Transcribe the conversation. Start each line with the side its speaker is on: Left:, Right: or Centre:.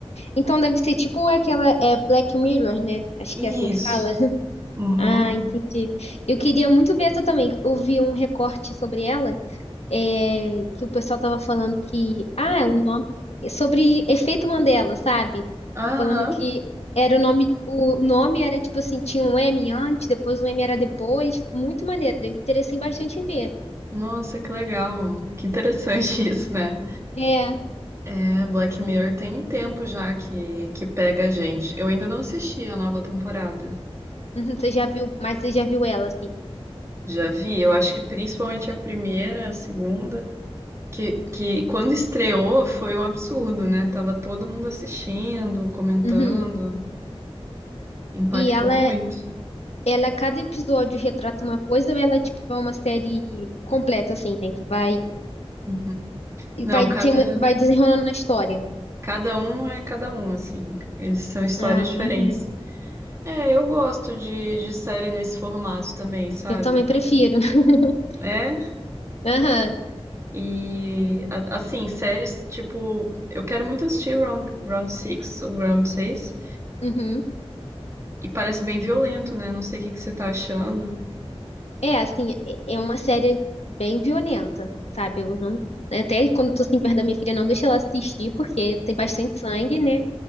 Left: Então deve ser tipo aquela é Black Mirror, né? Acho
Right: Isso.
Left: que é assim que fala. <laughs>
Right: Uhum.
Left: Ah, entendi. Eu queria muito ver essa também. Eu vi um recorte sobre ela é, que o pessoal tava falando que, ah, o nome sobre efeito Mandela, sabe?
Right: Aham.
Left: Falando que era o nome, o nome era tipo assim, tinha um M antes, depois o M era depois, muito maneiro, eu me interessei bastante em ver.
Right: Nossa, que legal. Que interessante <laughs> isso, né?
Left: É, <laughs>
Right: É, Black Mirror tem um tempo já que, que pega a gente. Eu ainda não assisti a nova temporada.
Left: uhum, você já viu, mas você já viu ela assim.
Right: Já vi, eu acho que principalmente a primeira, a segunda, que, que quando estreou foi um absurdo, né? Tava todo mundo assistindo, comentando,
Left: Uhum.
Right: impactou
Left: E ela
Right: muito.
Left: Ela, cada episódio retrata uma coisa, ela, tipo, é uma série completa, assim, né? Que vai,
Right: Uhum.
Left: e
Right: Não,
Left: vai,
Right: cada,
Left: tem, uma- vai desenrolando a história.
Right: cada um é cada um, assim. Eles são histórias
Left: Ah,
Right: diferentes.
Left: maneiro.
Right: É, eu gosto de, de série nesse formato também, sabe?
Left: Eu também prefiro. <laughs>
Right: É,
Left: Aham.
Right: E, a- assim, séries, tipo, eu quero muito assistir Round, Round 6 ou Round seis
Left: Uhum.
Right: e parece bem violento, né? Não sei o que que você tá achando.
Left: É, assim, é é uma série bem violenta, sabe? Eu não, até quando tô assim, perto da minha filha, não deixo ela assistir, porque tem bastante sangue, né?